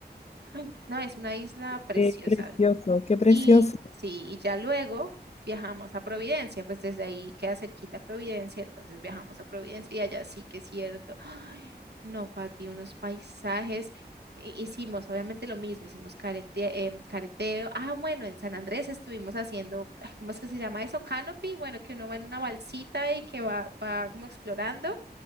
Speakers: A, on the right; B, on the left.
A: Ay, no, es una isla preciosa.
B: Qué precioso, qué precioso.
A: Y sí, y ya luego viajamos a Providencia, pues desde ahí queda cerquita Providencia, entonces viajamos a Providencia y allá sí que es cierto. Ay, no, Pati, unos paisajes. I- Hicimos obviamente lo mismo, hicimos carete- em, careteo. Ah, bueno, en San Andrés estuvimos haciendo, ah, ¿cómo es que se llama eso? Canopy, bueno, que uno va en una balsita y que va, va como explorando.